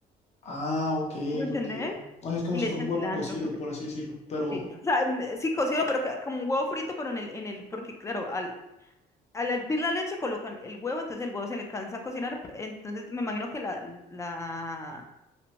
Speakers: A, on the left; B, on the left.
A: Ah, ok,
B: ¿sí ¿Me entender?
A: ok. O sea, es como
B: Y le
A: si fuera
B: echan
A: un huevo
B: cilantro.
A: cocido, por así decirlo, pero
B: Sí, o sea, n- eh, sí cocino, pero que- como un huevo frito, pero en el, en el, porque claro, al, al hervir la leche colocan el huevo, entonces el huevo se le cansa a cocinar, p- entonces me imagino que la, la,